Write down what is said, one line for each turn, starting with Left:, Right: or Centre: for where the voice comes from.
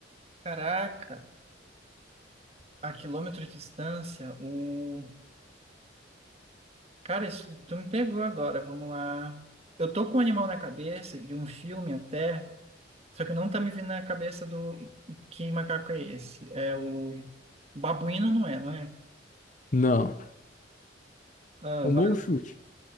Right: Caraca, a quilômetros de distância, o. Cara, isso tu me pegou agora, vamos lá. Eu tô com um animal na cabeça, de um filme até, só que não tá me vindo na cabeça do. Que macaco é esse? É o. Babuíno não é, não é?
Left: Não.
Right: Ah,
Left: Um
Right: vai.
Left: bom chute.